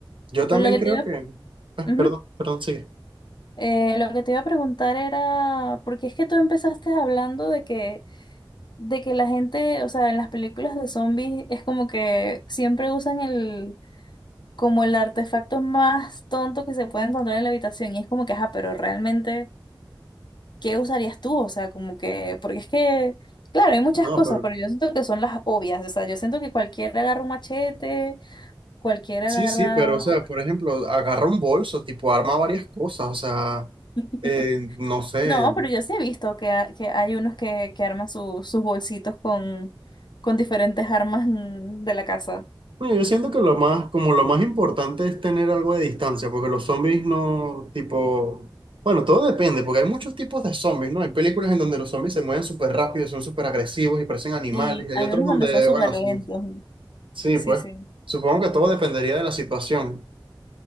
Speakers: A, on the right (about 80°); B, on the left (about 60°).
A: yo también
B: pero lo que
A: creo
B: te iba a
A: que... eh,
B: Ujú.
A: perdón, perdón, sigue.
B: Eh, lo que te iba a preguntar era, porque es que tú empezaste hablando de que, de que la gente, o sea, en las películas de zombies es como que siempre usan el, como el artefacto más tonto que se puede encontrar en la habitación y es como que, ajá, pero realmente, ¿qué usarías tú? O sea, como que, porque es que, claro, hay muchas
A: No,
B: cosas,
A: pero
B: pero yo siento que son las obvias, o sea, yo siento que cualquiera agarra un machete, cualquiera
A: Sí,
B: agarra...
A: sí, pero o sea, por ejemplo, agarra un bolso, tipo arma varias cosas, o sea,
B: <laughs>
A: eh, no sé.
B: No, pero yo sí he visto que, ha- que hay unos que, que arman su- sus bolsitos con, con diferentes armas mm, de la casa.
A: Bueno, yo siento que lo más, como lo más importante es tener algo de distancia, porque los zombies no, tipo, bueno, todo depende, porque hay muchos tipos de zombies, ¿no? Hay películas en donde los zombies se mueven súper rápido, y son súper agresivos y parecen animales,
B: Sí,
A: y hay
B: hay
A: otros
B: unos
A: donde,
B: donde son súper
A: bueno,
B: lentos.
A: sí, sí,
B: Sí,
A: pues,
B: sí.
A: supongo que todo dependería de la situación.